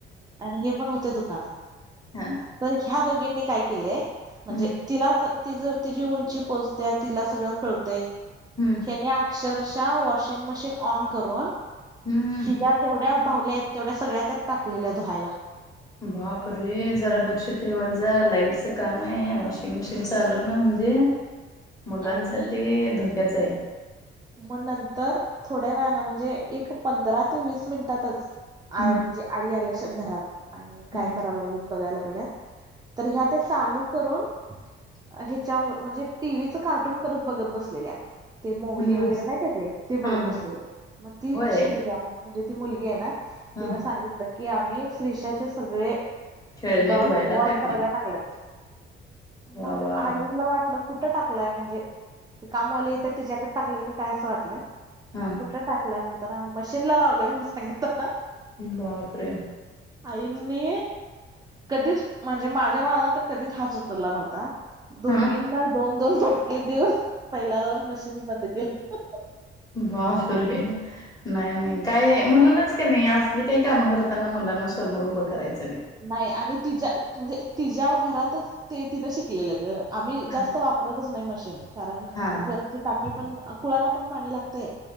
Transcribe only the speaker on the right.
आणि हे पण होते दुकानात
तर ह्या दोघींनी काय केलंय म्हणजे
तिलाच तिज तिची उंची पोचत्या तिला सगळं कळतय
यांनी अक्षरशा वाॅशिंग मशीन ऑन करुन
हिच्या जेवढ्या भावल्या आहेत तेवढ्या सगळ्या त्यात टकलेल्या धुहायला
आणि
मग नंतर थोड्या वेळाला म्हणजे एक पंधरा ते वीस मिनिटातच. आ
म्हणजे आई आल्या घरात. आणि काय
कराय लागले बघाय लागल्या तर ह्या त्या चालू करून ह्याच्या म्हणजे टिव्हिच कार्टून परत बघत बसले मुली
वगैरे नाही का ते ते बघत
बसलेल्या
मग ती
कषती म्हणजे ती मुलगी आहे ना.
तिन सांगितलं की आम्ही श्रीषाचे सगळे
डॉल्स
वॉश
करायला टाकलेत.
मग
आईला वाटलं कुठ टाकलंय म्हणजे ते कामाले येतं तिच्याक टाकय काय असं वाटलं.
कठ टाकलाय म्हणता ना मशीनला लावलय म्हणून सांगित ना
आईनी कधीच म्हणजे माझ्या बाळाला तर कधीच हाच उचलला नव्हता. दोघींना
दोन दोन फटके देऊन पहिला जाऊन मशीन बंद केलं.
नाही आणि तिच्या म्हणजे तिच्या्या घरातच ते तिनं शिकलेलं ग आम्ही
जास्त वापरतच नाही मशीन कारण
वरची टाकी पण कुळांना पण पाणी लागतय.